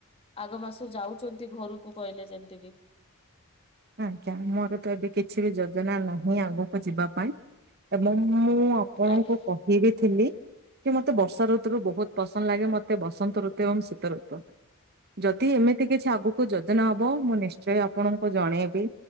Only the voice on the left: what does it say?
ଆଗ ମାସ ଯାଉଛନ୍ତି ଘରକୁ କହିଲେ ଯେମିତି କି
ଆଜ୍ଞା